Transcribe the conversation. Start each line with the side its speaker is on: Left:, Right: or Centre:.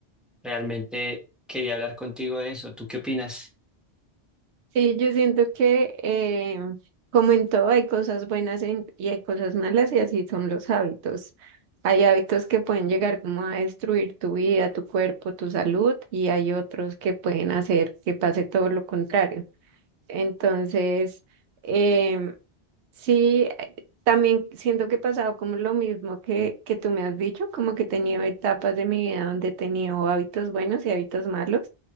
Centre: Realmente quería hablar contigo de eso. ¿Tú qué opinas?
Right: Sí, yo siento que eh, como en todo hay cosas buenas en- y hay cosas malas y así son los hábitos. Hay hábitos que pueden llegar como a destruir tu vida, tu cuerpo, tu salud y hay otros que pueden hacer que pase todo lo contrario. Entonces, em, sí, eh, también siento que he pasado como lo mismo que, que tú me has dicho, como que he tenido etapas de mi vida donde he tenido hábitos buenos y hábitos malos.